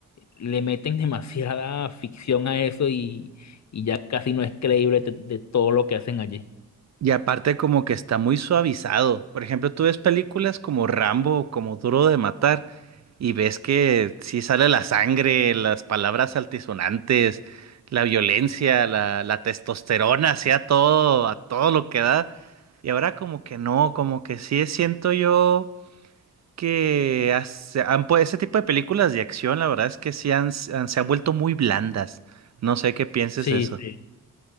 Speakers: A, on the left; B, on the right.
A: le meten <laughs> demasiada ficción a eso y, y ya casi no es creíble de, de todo lo que hacen allí.
B: Y aparte como que está muy suavizado. Por ejemplo, tú ves películas como Rambo o como Duro de Matar y ves que sí sale la sangre, las palabras altisonantes, la violencia, la, la testosterona, así a todo, a todo lo que da. Y ahora como que no, como que sí siento yo que hace- han pu- ese tipo de películas de acción, la verdad es que sí han- han- se han vuelto muy blandas. No sé qué pienses
A: Sí,
B: de eso.
A: sí.